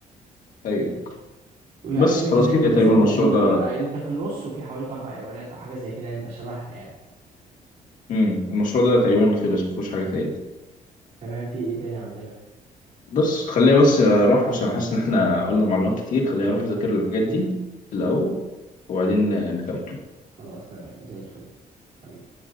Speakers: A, on the left; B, on the right.
A: أيوه
B: ويبقى
A: بس
B: اكنك
A: خلاص
B: زي المساجد
A: كده تقريبا المشروع
B: القديمه
A: ده
B: بيبقى انت في النص وفي حواليك اربع ايوانات او حاجه زي كده يعني بيبقى شبهها يعني
A: مم. المشروع ده تقريبا خلص مفيهوش حاجة تاني
B: تمام في ايه تاني عندنا
A: بص خلينا بس اروح عشان حاسس ان احنا قلنا معلومات كتير خلينا اروح اذاكر الحاجات دي في الاول وبعدين نكمل
B: خلاص تمام زي الفل حبيبي